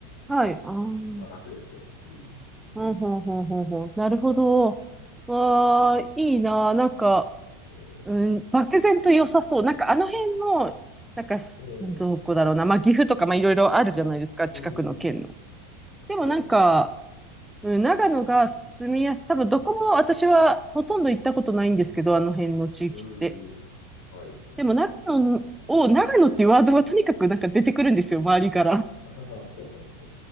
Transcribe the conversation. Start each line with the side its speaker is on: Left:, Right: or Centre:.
Centre: はい。ああ。
Left: まあ楽ですけどね。うん。そういう意味では
Centre: うん、ほんほんほんほん。なるほど。わあ、いいなあ。なんか、
Left: え
Centre: うん、漠然と良さそう。なんかあの辺の、なんか、すどこだろうな。
Left: ーえー
Centre: まあ、岐阜とか、まあ、いろいろあるじゃないですか。
Left: うんうん。
Centre: 近くの県の。でもなんか、
Left: はい。
Centre: うん、長野が住みやす、多分どこも私はほとんど行ったことないんですけど、
Left: うん。
Centre: あの辺の地域って。
Left: うんうん。はい。はい
Centre: でも長野を、長野っていうワードはとにかくなんか出てくるんですよ、周りから。
Left: はい。<laughs> ああ、そうなんですね。